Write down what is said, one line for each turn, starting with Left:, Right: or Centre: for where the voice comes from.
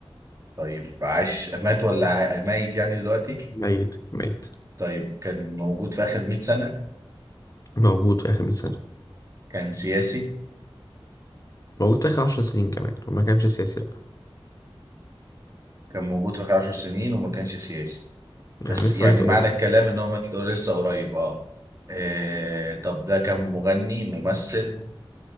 Right: طيب عاش مات ولا ع- ميت يعني دلوقتي
Left: ميت ميت
Right: طيب كان موجود في اخر 100 سنه
Left: موجود في آخر 100 سنة
Right: كان سياسي
Left: موجود في آخر 10 سنين كمان وما كانش سياسي لأ
Right: كان موجود في اخر 10 سنين وما كانش سياسي بس
Left: يعني لسه
Right: يعني
Left: ميت
Right: معنى
Left: قريب
Right: الكلام ان هو مات لسه قريب اه آه، طب ده كان مغني ممثل